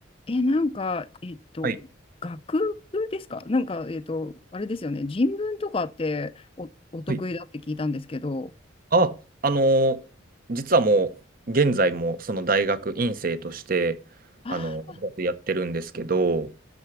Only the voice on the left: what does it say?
え、なんか、えっと、
学部ですかなんか、えっと、あれですよね。人文とかってお、お得意だって聞いたんですけど。
ああ、